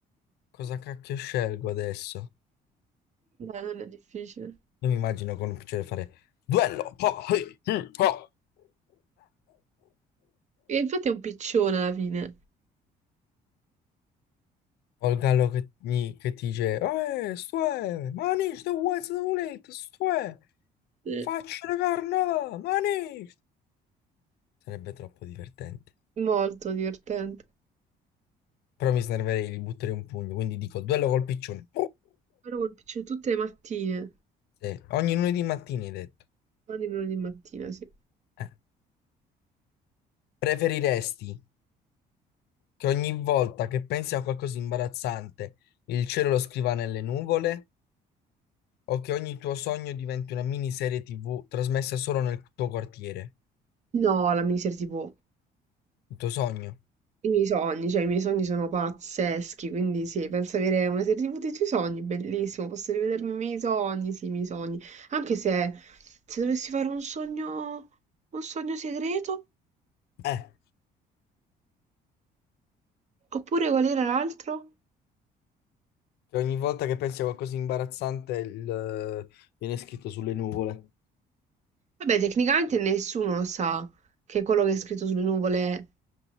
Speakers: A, on the left (about 75°); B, on the right (about 45°).
A: Cosa cacchio scelgo adesso?
B: dai, non è difficile.
A: Io mi immagino con piacere fare duello! Oh, hey, mm, oh.
B: E infatti è un piccione alla fine.
A: O il gallo che, gli- che ti dice, eh, stoè, manici, te vuoi se volete, stoè,
B: Sì.
A: faccio la carnata, manici. Sarebbe troppo divertente.
B: Molto divertente.
A: Però mi snerverei, gli butterei un pugno, quindi dico, duello col piccione.
B: Però col piccione tutte le mattine.
A: Sì, ogni lunedì mattina hai detto.
B: Ogni lunedì mattina, sì.
A: Eh. Preferiresti che ogni volta che pensi a qualcosa di imbarazzante, il cielo lo scriva nelle nuvole? o che ogni tuo sogno diventi una miniserie TV trasmessa solo nel tuo quartiere.
B: No, la miniserie TV.
A: Il tuo sogno.
B: I miei sogni, cioè i miei sogni sono pazzeschi, quindi sì, penso avere una serie TV dei tuoi sogni, bellissimo, posso rivedermi i miei sogni, sì, i miei sogni, anche se, se dovessi fare un sogno, un sogno segreto,
A: Eh,
B: oppure qual era l'altro?
A: Che ogni volta che pensi a qualcosa di imbarazzante il, eh, viene scritto sulle nuvole.
B: Vabbè, tecnicamente nessuno sa che quello che è scritto sulle nuvole